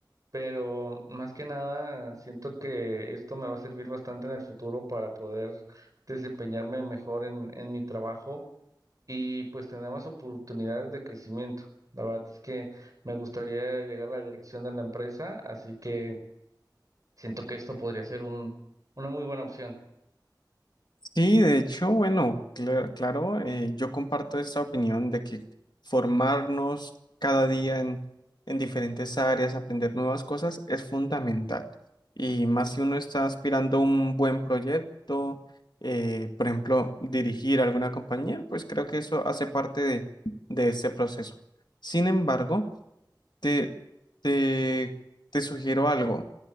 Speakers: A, on the right; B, on the left.
A: Pero más que nada, siento que esto me va a servir bastante en el futuro para poder desempeñarme mejor en, en mi trabajo y pues tenemos oportunidades de crecimiento. La verdad es que me gustaría llegar a la dirección de la empresa, así que siento que esto podría ser un, una muy buena opción.
B: Sí, de hecho, bueno, cla- claro, eh, yo comparto esta opinión de que formarnos cada día en, en diferentes áreas, aprender nuevas cosas es fundamental. Y más si uno está aspirando a un buen proyecto, eh, por ejemplo, dirigir alguna compañía, pues creo que eso hace parte de, de ese proceso. Sin embargo, te, te, te sugiero algo.